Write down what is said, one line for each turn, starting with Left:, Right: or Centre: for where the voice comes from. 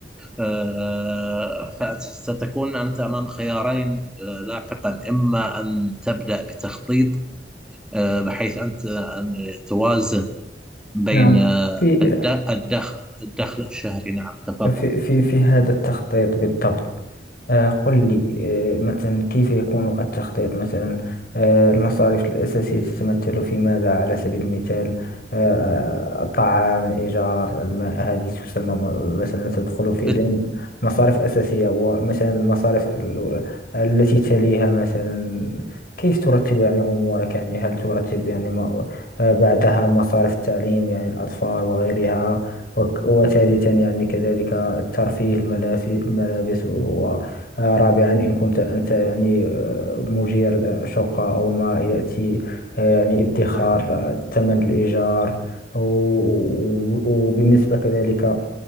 Centre: آه، فستكون أنت أمام خيارين آه، لاحقا إما أن تبدأ بتخطيط آه، بحيث أنت أن توازن بين
Left: نعم
Centre: آه،
Left: في
Centre: الد- الدخل الدخل الشهري نعم تفضل
Left: في في في هذا التخطيط بالضبط آه، قل لي آه، مثلا كيف يكون التخطيط مثلا آه، المصاريف الأساسية تتمثل في ماذا على سبيل المثال آه، الطعام الإيجار الماء هذه تسمى م- مثلا تدخل في
Centre: بت-
Left: ضمن مصاريف أساسية ومثلا المصاريف ال- التي تليها مثلا كيف ترتب يعني أمورك يعني هل ترتب يعني ما- آه، بعدها مصاريف التعليم يعني الأطفال وغيرها وك- وثالثا يعني كذلك الترفيه الملافي- الملابس ورابعا إن كنت أنت يعني آه، مدير شقة أو ما يأتي آه، يعني ادخار
Centre: نعم
Left: آه، ثمن الإيجار و- و- وبالنسبة كذلك